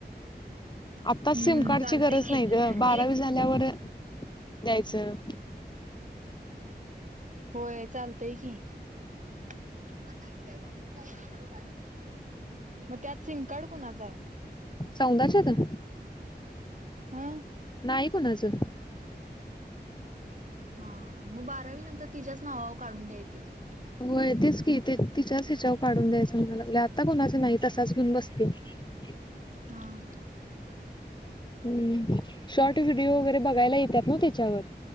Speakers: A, on the left; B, on the right.
A: आता
B: हम्म
A: सिम कार्डची
B: चालतय
A: गरज
B: की
A: नाही ग बारावी
B: एक
A: झाल्यावर द्यायचं. <inaudible>
B: होय चालतय की <unintelligible> मग त्यात सिम कार्ड कोणाचं आहे.
A: सौंदच्या त
B: ह
A: नाही कुणाचं
B: हा मग बारावी नंतर तिच्याच नावावर काढून द्यायती की.
A: हो तेच की तिच्याच हिच्यावर काढून द्यायचं म्हणा लागले. आता कोणाचा नाही तसाच घेऊन बसते. <inaudible>
B: हां
A: हम्म शॉर्ट व्हिडीओ वगैरे बघायला येतात ना त्याच्यावर.